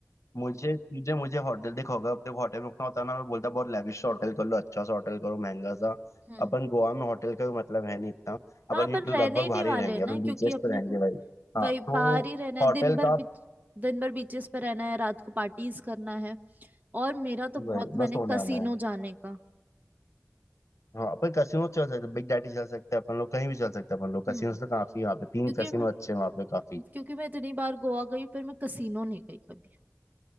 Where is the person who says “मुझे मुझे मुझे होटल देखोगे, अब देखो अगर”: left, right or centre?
Left